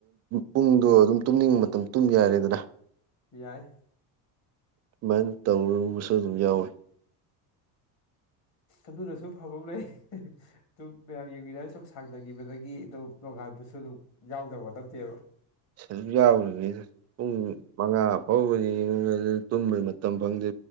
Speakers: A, on the right; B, on the left.
A: ꯄꯨꯡꯗꯣ ꯑꯗꯨꯝ ꯇꯨꯝꯅꯤꯡꯕ ꯃꯇꯝ ꯇꯨꯝ ꯌꯥꯔꯦꯗꯅ
B: ꯌꯥꯏ
A: ꯑꯗꯨꯨꯃꯥꯏꯅ ꯇꯧꯔꯨꯕꯁꯨ ꯑꯗꯨꯝ ꯌꯥꯎꯋꯤ
B: ꯑꯗꯨꯅꯁꯨ ꯐꯕꯥ ꯑꯃ ꯂꯩ ꯑꯗꯨꯝ ꯃꯌꯥꯝ ꯌꯦꯡꯕꯤꯔ ꯁꯨꯝ ꯁꯥꯡꯗꯥꯈꯤꯕꯗꯒꯤ ꯑꯗꯨꯝ ꯅꯣꯡꯉꯥꯟ ꯑꯗꯨꯁꯨ ꯑꯗꯨ ꯌꯥꯎꯗꯕ ꯅꯠꯇꯦꯕ
A: ꯁꯔꯨꯛ ꯌꯥꯎꯗꯅꯤ ꯄꯨꯡ ꯃꯉꯥ ꯐꯥꯎꯕꯅꯤ ꯌꯦꯉꯥ ꯇꯨꯝꯕ ꯃꯇꯝ ꯐꯪꯗꯦ